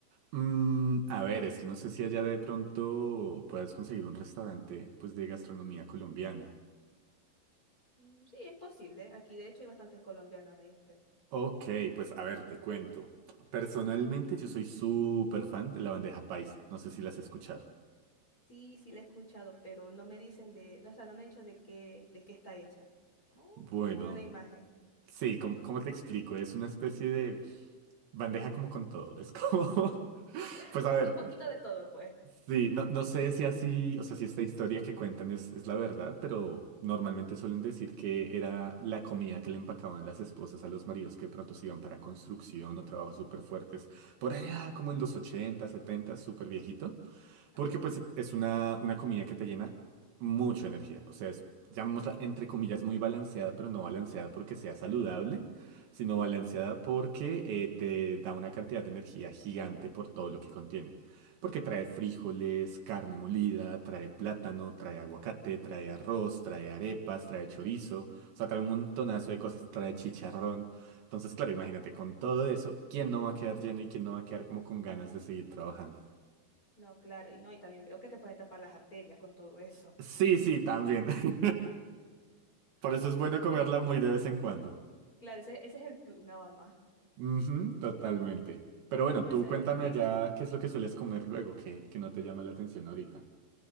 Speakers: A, on the right; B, on the left.
A: Mm, a ver, es que no sé si allá de pronto puedas conseguir un restaurante pues de gastronomía colombiana.
B: Mm, Sí, es posible. Aquí de hecho hay bastantes colombianos, este.
A: Ok, pues a ver, te cuento. Personalmente yo soy súper fan de la bandeja paisa. No sé si las has escuchado.
B: Sí, sí, la he escuchado, pero no me dicen de, no, o sea, no me han dicho de qué, de qué está hecha. Oh,
A: Bueno,
B: aquí estoy una imagen.
A: sí, ¿cómo, cómo te explico? Es una especie de bandeja como con todo. Es como... <laughs>
B: <laughs>
A: Pues
B: Como
A: a ver.
B: que un poquito de todo, pues.
A: Sí, no, no sé si así, o sea, si esta historia que cuentan es, es la verdad, pero normalmente suelen decir que era la comida que le empacaban las esposas a los maridos que de pronto se iban para construcción o trabajos súper fuertes. Por allá, como en los 80, 70, súper viejito. Porque
B: Ok.
A: pues es una, una comida que te llena mucha energía. O sea, es, llamémosla entre comillas muy balanceada, pero no balanceada porque sea saludable, sino balanceada porque eh, te da una cantidad de energía gigante por todo lo que contiene. Porque trae frijoles, carne molida, trae plátano, trae aguacate, trae arroz, trae arepas, trae chorizo. O sea, trae un montonazo de cosas, trae chicharrón. Entonces, claro, imagínate, con todo eso, ¿quién no va a quedar lleno y quién no va a quedar como con ganas de seguir trabajando?
B: No, claro, y no, y también veo que te pueden tapar las arterias con todo eso.
A: Sí, sí, también. <laughs> Por eso es bueno comerla
B: Eh,
A: muy de vez en cuando.
B: claro, ese, ese es el plus nada más.
A: Ujú, totalmente. Pero
B: No,
A: bueno,
B: pero
A: tú
B: se
A: cuéntame
B: ve muy rico.
A: allá qué es lo que sueles comer luego, que, que no te llama la atención ahorita.